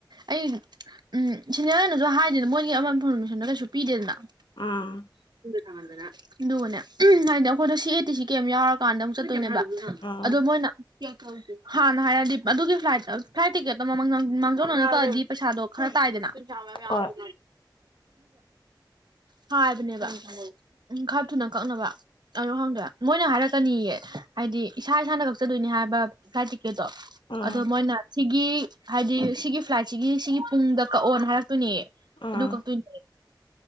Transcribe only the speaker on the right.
ꯑꯩ ꯎꯝ ꯁꯤꯅꯤꯌꯔꯅꯁꯨ ꯍꯥꯏꯔꯤꯗ ꯃꯣꯏꯒꯤ ꯑꯃ ꯏꯟꯐꯣꯔꯃꯦꯁꯟꯗꯣ ꯀꯩꯁꯨ ꯄꯤꯗꯦꯗꯅ ꯏꯗꯗꯅꯦ
ꯑꯗꯨꯒꯅꯦ ꯎ ꯍꯥꯏꯗꯤ ꯑꯩꯈꯣꯏꯗ ꯁꯤ ꯑꯦ ꯇꯤ ꯁꯤ ꯀꯩꯝ ꯌꯥꯎꯔꯛꯦ ꯀꯀꯥꯟꯗ ꯑꯃꯨꯛ ꯆꯠꯇꯣꯏꯅꯦꯕ
ꯑꯗꯣ ꯃꯣꯏꯅ ꯍꯥꯟꯅ ꯍꯥꯏꯔꯗꯤ ꯑꯗꯨꯒꯤ ꯐ꯭ꯂꯥꯏꯠ ꯐ꯭ꯂꯥꯏꯠ ꯇꯤꯛꯀꯦꯠꯇꯣ ꯃꯥꯡꯖꯧꯅꯅ ꯀꯜꯂꯗꯤ ꯄꯩꯁꯥꯗꯣ ꯈꯔ ꯇꯥꯏꯗꯅ
ꯒꯨ ꯍꯥꯏꯕꯅꯦꯕ ꯎ ꯈꯔ ꯊꯨꯅ ꯀꯛꯅꯕ ꯑꯣ ꯈꯪꯗ꯭ꯔꯦ ꯃꯣꯏꯅ ꯍꯥꯏꯔꯛ ꯆꯅꯤꯌꯦ ꯍꯥꯏꯗꯤ ꯏꯁꯥ ꯏꯁꯥꯅ ꯀꯛꯆꯗꯣꯏꯅꯤ ꯍꯥꯏꯕꯥꯏ ꯀꯦꯗꯣ
ꯑꯗꯣ ꯃꯣꯏꯅ ꯁꯤꯒꯤ ꯍꯥꯏꯗꯤ ꯁꯤꯒꯤ ꯐ꯭ꯂꯥꯏꯠꯁꯤꯒꯤ ꯁꯤꯒꯤ ꯄꯨꯡꯗ ꯀꯛꯑꯣꯅ ꯍꯥꯏꯔꯛ ꯀꯛꯇꯣꯏꯅꯦ
ꯑꯗꯨ ꯀꯛꯇꯣꯏꯅꯦ